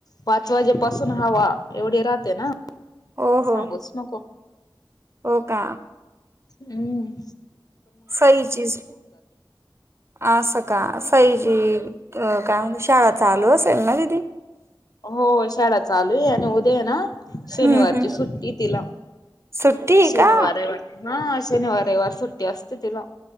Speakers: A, on the left (about 50°); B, on the right (about 30°).
A: पाच वाजेपसून हवा एवढी राहते ना,
B: हो हो
A: सांगूच नको.
B: हो का
A: हम्
B: सही चचीज आ स का सही, जी काय म्हणत शाळा चालू असेल ना? दिदी
A: हो शाळा चालू आहे. न हो दे्या ना. शनिवारची
B: हम्म हम्म
A: सुट्टी तिला.
B: सुट्टी आहे
A: शनिवार
B: का?
A: रयवार ह. ह शनिवार रयवार सुट्टी असते तिला.